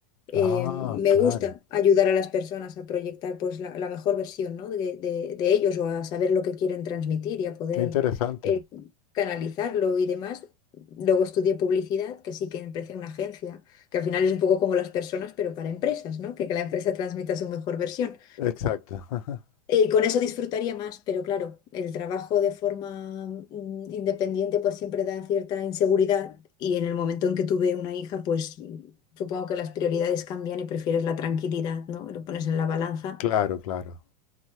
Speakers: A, on the left; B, on the left.
A: eh,
B: Ah,
A: me
B: claro.
A: gusta ayudar a las personas a proyectar pues la, la mejor versión, ¿no? de, de- de ellos o a saber lo que quieren transmitir y a poder
B: Qué interesante.
A: eh, canalizarlo y demás. Luego estudié publicidad, que sí que empecé en una agencia, que al final es un poco como las personas, pero para empresas, ¿no? Que, que la empresa transmita su mejor versión.
B: Exacto. <laughs>
A: Y con eso disfrutaría más, pero claro, el trabajo de forma mm, independiente pues siempre da cierta inseguridad y en el momento en que tuve una hija pues mm, supongo que las prioridades cambian y prefieres la tranquilidad, ¿no? Lo pones en la balanza.
B: Claro, claro.